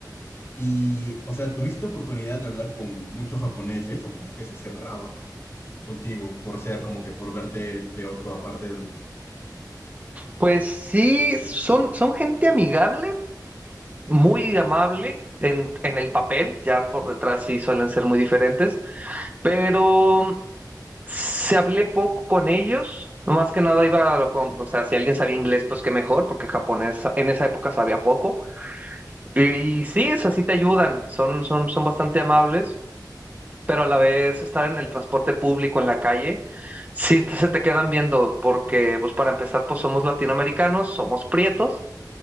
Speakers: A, on the left (about 35°); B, on the right (about 25°).
A: Y, o sea, ¿tuviste oportunidad de hablar con muchos japoneses o como que se cerraban contigo por ser como que por verte de otra parte del mundo?
B: Pues sí, son, son gente amigable, muy amable en, en el papel, ya por detrás sí suelen ser muy diferentes, pero Se hablé poco con ellos, no más que nada iba a lo con, o sea, si alguien sabía inglés, pues qué mejor, porque japonés en esa época sabía poco. Y, sí, es así te ayudan, son, son, son bastante amables, pero a la vez estar en el transporte público, en la calle, sí te- se te quedan viendo, porque pues para empezar, pues somos latinoamericanos, somos prietos,